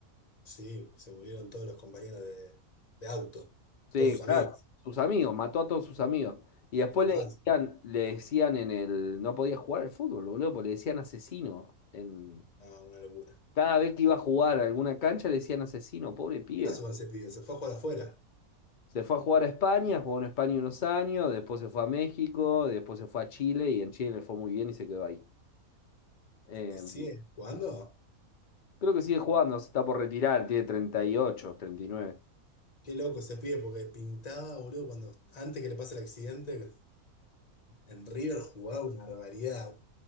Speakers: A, on the left; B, on the left.
A: Sí, se murieron todos los compañeros de, de auto,
B: Sí,
A: todos sus amigos
B: claro. Sus amigos, mató a todos sus amigos. Y después
A: de la infancia.
B: le decían, le decían en el... No podía jugar al fútbol, boludo, porque le decían asesino. En,
A: No, una locura.
B: cada vez que iba a jugar a alguna cancha le decían asesino, pobre pibe.
A: ¿Qué pasó con ese pibe? Se fue a jugar afuera.
B: Se fue a jugar a España, jugó en España unos años, después se fue a México, después se fue a Chile y en Chile le fue muy bien y se quedó ahí. Eh,
A: ¿Y sigue jugando?
B: creo que sigue jugando, se está por retirar, tiene treinta treinta y ocho treinta y nueve
A: Qué loco ese pibe, porque pintaba, boludo, cuando antes que le pase el accidente, en River jugaba una barbaridad.